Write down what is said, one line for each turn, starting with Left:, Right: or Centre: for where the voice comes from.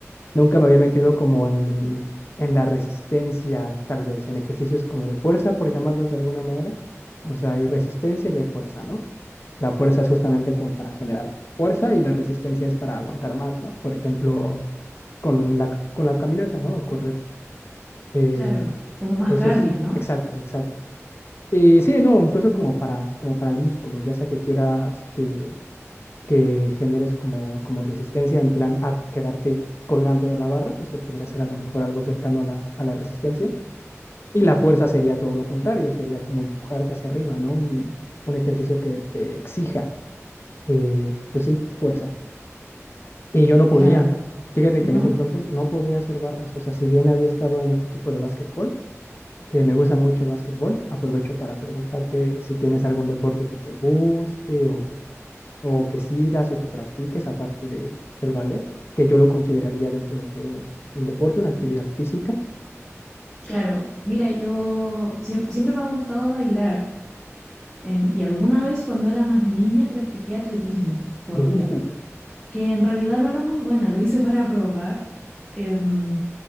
Left: Nunca me había metido como en, en la resistencia, tal vez, en ejercicios como de fuerza, por llamarlos de alguna manera. O sea, hay resistencia y hay fuerza, ¿no? La fuerza es justamente como para generar fuerza y la resistencia es para aguantar más, ¿no? Por ejemplo, con la, con la caminata, ¿no? O correr. Eh,
Centre: Claro, Como más
Left: eso
Centre: cardio,
Left: es,
Centre: ¿no?
Left: exacto, exacto. Y sí, no, incluso como para, como para el músculo, ya sea que quieras que que generes como, como resistencia en plan a quedarte colgando de la barra, eso podría ser a lo mejor algo cercano a la, a la resistencia. Y la fuerza sería todo lo contrario, sería como empujarte hacia arriba, ¿no? Un, un ejercicio que te exija, eh, pues sí, fuerza. Y yo no podía,
Centre: claro,
Left: fíjate
Centre: ¿No?
Left: que en ese entonces no podía hacer barras, o sea, si bien había estado en este equipo de básquetbol, que me gusta mucho el básquetbol, aprovecho para preguntarte si tienes algún deporte que te guste o o que sigas o que practiques aparte de, del ballet, que yo lo consideraría dentro de todo un deporte, una actividad física.
Centre: claro. Mira, yo... Siem- siempre me ha gustado bailar em, y alguna vez cuando era más niña practiqué atletismo, corría,
Left: Uh.
Centre: que en realidad no era muy buena, lo hice <laughs> para probar. Em,